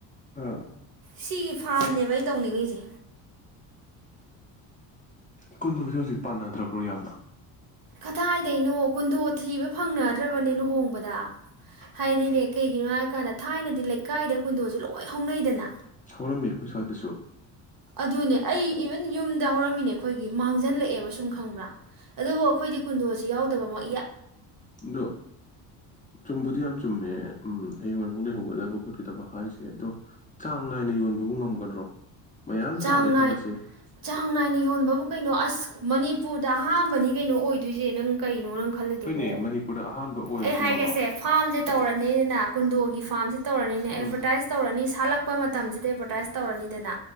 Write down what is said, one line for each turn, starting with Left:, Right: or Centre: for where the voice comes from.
Left: ꯑꯥ
Right: ꯁꯤꯒꯤ ꯐꯥꯔꯝꯅꯦꯕ ꯑꯩꯅ ꯇꯧꯅꯤꯡꯉꯤꯁꯦ
Left: ꯀꯨꯟꯁꯦ ꯍꯧꯖꯤꯛ ꯄꯥꯟꯅꯗ꯭ꯔꯕ꯭ꯔꯣ ꯌꯥꯝꯅ
Right: ꯀꯗꯥꯏꯗꯩꯅꯣ ꯀꯨꯟꯗꯣ ꯊꯤꯕ ꯐꯪꯅꯗ꯭ꯔꯕꯅꯦ ꯂꯨꯍꯣꯡꯕꯗ ꯍꯥꯏꯗꯤꯅꯦ ꯀꯩꯒꯤꯅꯣ ꯍꯥꯏꯀꯥꯟꯗ ꯊꯥꯏꯅꯗꯤ ꯂꯩꯀꯥꯏꯗ ꯀꯨꯟꯗꯣꯁꯨ ꯂꯣꯏ ꯍꯧꯅꯩꯗꯅ
Left: ꯍꯧꯔꯝꯃꯤ ꯑꯩꯈꯣꯏ ꯁꯨꯋꯥꯏꯗꯁꯨ
Right: ꯑꯗꯨꯅꯦ ꯑꯩ ꯏꯕꯟ ꯌꯨꯝꯗ ꯍꯧꯔꯝꯃꯤꯅꯦ ꯑꯩꯈꯣꯏꯒꯤ ꯃꯥꯡꯖꯜꯂꯛꯑꯦꯕ ꯁꯨꯝ ꯈꯪꯕ꯭ꯔꯥ ꯑꯗꯨꯕꯨ ꯑꯩꯈꯣꯏꯗꯤ ꯀꯨꯟꯗꯣꯁꯤ ꯌꯥꯎꯗꯕ ꯃꯛ
Left: ꯑꯗꯣ ꯆꯨꯝꯕꯨꯗꯤ ꯌꯥꯝ ꯆꯨꯝꯃꯦ ꯎꯨꯝ ꯍꯌꯦꯡꯋꯥꯏꯐꯥꯎ ꯂꯩꯍꯧꯒꯗꯕ ꯈꯣꯠꯀꯗꯕ ꯍꯥꯏꯁꯦ ꯑꯗꯣ ꯆꯥꯡ ꯅꯥꯏꯅ ꯌꯣꯟꯕꯕꯨ ꯉꯝꯒꯗ꯭ꯔꯣ ꯃꯌꯥꯝ
Right: ꯆꯥꯡ
Left: ꯊꯥꯔꯦ
Right: ꯅꯥꯏ
Left: ꯈꯜꯂꯁꯦ
Right: ꯆꯥꯡ ꯅꯥꯏꯅ ꯌꯣꯟꯕꯕꯨ ꯀꯩꯅꯣ ꯑꯁ ꯃꯅꯤ ꯄꯨꯨꯔꯗ ꯑꯍꯥꯝꯕꯅꯤ ꯀꯩꯅꯣ ꯑꯣꯏꯗꯣꯏꯁꯦ ꯅꯪ ꯀꯩꯅꯣ ꯅꯪ ꯈꯜꯂꯤꯗꯨꯕꯣ
Left: ꯍꯣꯏꯅꯦ ꯃꯅꯤꯄꯨꯔꯗ ꯑꯍꯥꯟꯕ ꯑꯣꯏꯔꯁꯅꯣꯕ
Right: ꯑꯩ ꯍꯥꯏꯈ꯭ꯔꯁꯦ ꯐꯥꯝꯁꯦ ꯇꯧꯔꯅꯤꯗꯅ ꯀꯨꯟꯗꯣꯒꯤ ꯐꯥꯔꯝꯁꯦ ꯇꯧꯔꯅꯤꯅ ꯑꯦꯗꯚꯔꯇꯥꯏꯁ
Left: ꯎꯝ
Right: ꯇꯧꯔꯅꯤ ꯁꯥꯠꯂꯛ ꯄ ꯃꯇꯝꯁꯤꯗ ꯑꯦꯗꯕꯔꯇꯥꯏꯁ ꯇꯧꯔꯅꯤꯗꯅ